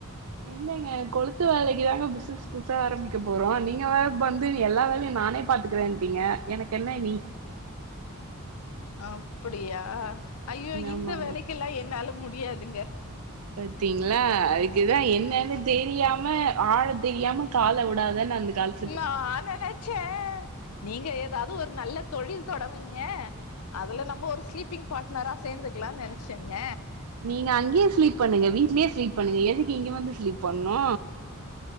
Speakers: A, on the right (about 85°); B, on the left (about 80°).
A: இல்லங்க கொளுத்து வேலைக்கு தாங்க பிஸ்னஸ் புதுசா ஆரம்மிக்க போறோ நீங்க வேற வந்து எல்லா வேலையு நானே பாத்துக்குறேன்ட்டீங்க எனக்கு என்ன இனி
B: அப்புடியா ஐயோ இந்த
A: ஆமாங்க
B: வேலைக்கில்லா என்னால முடியாதுங்க
A: பத்தீங்ளா அதுக்குதா என்னன்னு தெரியாம ஆழ தெரியாம கால உடாதனு அந்த காலத்
B: நா நெனச்ச நீங்க எதாது ஒரு நல்ல தொழில் தொடவீங்க அதுல நம்ப ஒரு ஸ்லீப்பிங் பாட்னரா சேந்துக்லா நெனச்சங்க
A: நீங்க அங்யே ஸ்லீப் பண்ணுங்க வீட்லே ஸ்லீப் பண்ணுங்க எதுக்கு இங்க வந்து ஸ்லீப் பண்ணு